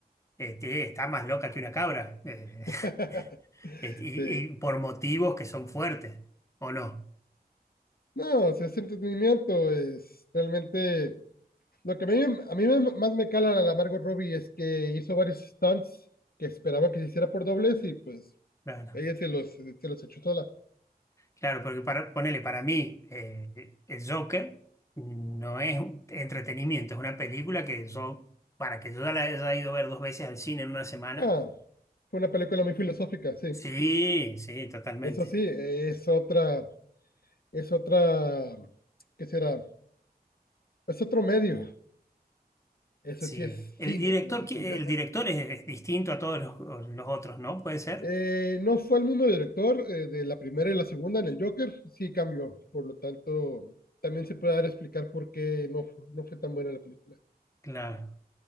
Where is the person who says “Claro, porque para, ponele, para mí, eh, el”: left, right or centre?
Left